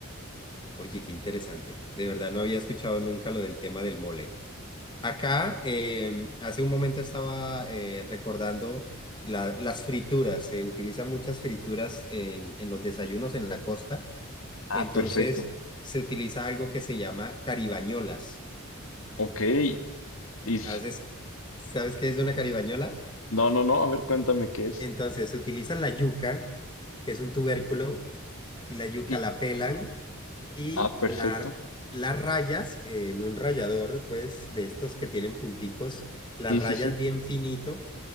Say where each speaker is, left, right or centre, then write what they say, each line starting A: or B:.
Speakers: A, on the left (about 20°); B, on the left (about 75°).
A: Oye, qué interesante. De verdad no había escuchado nunca lo del tema del mole. Acá, em, hace un momento estaba eh, recordando la- las frituras. Se utilizan muchas frituras en, en los desayunos en la costa.
B: Ah,
A: Entonces,
B: perfecto.
A: se utiliza algo que se llama caribañolas.
B: Ok, y...
A: ¿Haces, sabes qué es una caribañola?
B: No, no, no, a ver, cuéntame qué es.
A: Entonces, se utilizan la yuca, que es un tubérculo, y la yuca
B: Sí.
A: la pelan Y
B: Ah, perfecto.
A: la- las rayas eh, en un rallador, pues de estos que tienen punticos, las
B: Sí,
A: rayas
B: sí, sí.
A: bien finito.